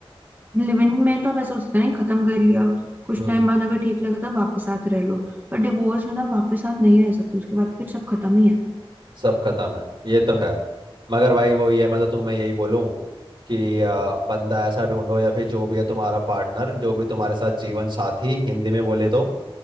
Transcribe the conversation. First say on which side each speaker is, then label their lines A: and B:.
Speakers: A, on the right; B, on the right.
A: लिविंग में तो आप ऐसा हो सकता है नहीं खत्म कर लिया कुछ
B: हम्म
A: टाइम बाद अगर ठीक लगा तो वापस साथ रह लो पर डिवोर्स में तो आप वापस साथ नहीं रह सकते उसके बाद फिर सब खत्म ही है
B: सब खत्म है ये तो है मगर भाई वही है मैं तो तुम्हें यही बोलूं कि आ, बंदा ऐसा ढूंढो या फिर जो भी है तुम्हारा पार्टनर जो भी तुम्हारे साथ जीवन साथी हिंदी में बोले तो